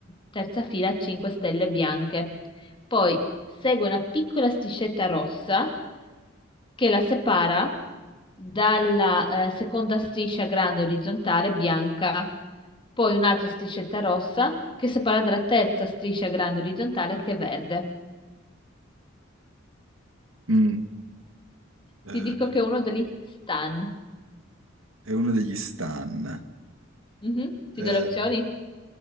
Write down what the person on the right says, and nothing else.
Mm. Eh,
è uno degli stan.
Eh,